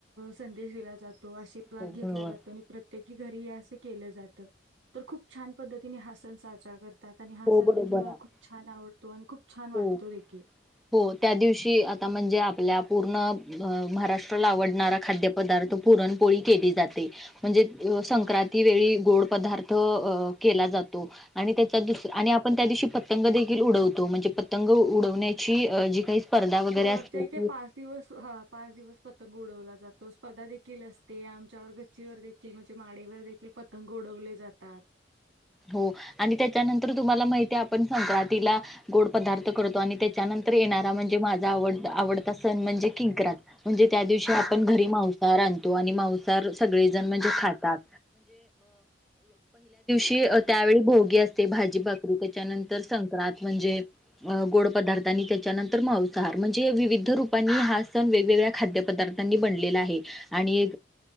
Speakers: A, on the right; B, in the centre.
A: संदेश दिला जातो आशीर्वाद
B: हो
A: घेतला
B: बरोबर
A: जातो
B: आहे
A: आणि प्रत्येक घरी अस केलं जात, तर खूप छान पद्धतीने हा सण साजरा कर खातात आणि हा
B: हो
A: सण देखील
B: बरोबर
A: मला
B: आहे
A: खूप छान आवडतो आणि खूप छान वाटतो
B: हो
A: देखील.
B: हो त्या दिवशी आता म्हणजे आपल्या पूर्ण महाराष्ट्राला आवडणारा खाद्यपदार्थ पुरणपोळी केली जाते म्हणजे संक्रांती वेळी गोड पदार्थ केला जातो, आणि त्याचा दुसरा आणि अशी पतंग देखील उडवतो, म्हणजे पतंग उडवण्याची जी काही स्पर्धा वगैरे
A: हो
B: असते
A: आमच्या
B: ती
A: इथे पाच दिवस, हा पाच दिवस पतंग उडवला जातो. स्पर्धा देखील असते आमच्यावर गच्चीवर देखील म्हणजे माडीवर देखील पतंग उडवले जातात.
B: हो आणि त्याच्यानंतर तुम्हाला माहिती आहे आपण संक्रांतीला गोड पदार्थ करतो आणि त्याच्यानंतर येणारा म्हणजे माझा आवडता सण म्हणजे किंक्रात म्हणजे त्या दिवशी आपण घरी मांसाहार माणसं हर सगळेजण खातात. कि, त्यावेळी भोगी असते, भाजी भाकरी त्याच्यानंतर संक्रांत म्हणजे गोड पदार्थ आणि त्याच्यानंतर मांसाहार म्हणजे विविध रूपांनी हा सण वेगवेगळ्या खाद्यपदार्थांनी बनलेला आहे. आणि